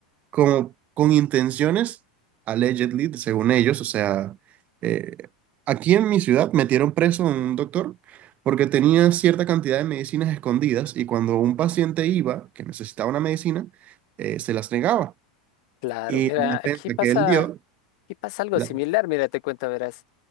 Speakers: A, on the right; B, on the left.
A: como con intenciones, allegedly, según ellos, o sea, eh, aquí en mi ciudad metieron preso a un doctor porque tenía cierta cantidad de medicinas escondidas y cuando un paciente iba, que necesitaba una medicina, eh, se las negaba.
B: Claro.
A: Y
B: Mira,
A: la defensa
B: aquí pasa,
A: que él dio,
B: aquí pasa algo
A: la-
B: similar. Mira, te cuento, verás.